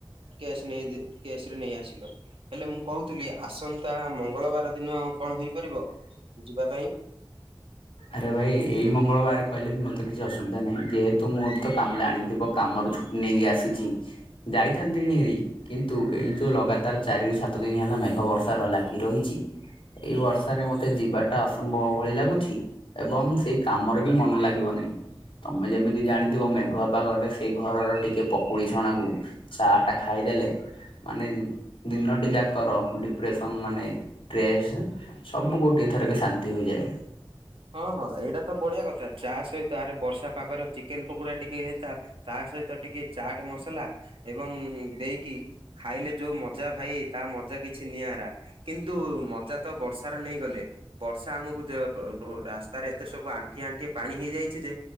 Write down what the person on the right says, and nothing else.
କ୍ୟାସ୍ ନେଇ ଦେ କ୍ୟାସ୍ ରେ ନେଇ ଆସିଲ। ହେଲେ ମୁଁ କହୁଥିଲି ଆସନ୍ତା ମଙ୍ଗଳବାର ଦିନ କଣ ହେଇପାରିବ ଯିବା ପାଇଁ?
ହଁ ହଁ ଏଇଟା ତ ବଢିଆ କଥା ଚାହା ସହିତ ଆରେ ବର୍ଷା ପାଗରେ ଚିକେନ ପକୋଡ଼ା ଟିକେ ହେଇଥା ତା ସହିତ ଟିକେ ଚାଟ ମସଲା ଏବଂ ଦେଇକି ଖାଇଲେ ଯୋଉ ମଜା ଭାଇ ତା ମଜା କିଛି ନିଆରା। କିନ୍ତୁ ମଜା ତ ବର୍ଷାର ନେଇ ଗଲେ ବର୍ଷା ଆମକୁ ଯ ବ ରାସ୍ତାରେ ଏତେ ସବୁ ଆଣ୍ଠିଏ ଆଣ୍ଠିଏ ପାଣି ହେଇଯାଇଛି ଯେ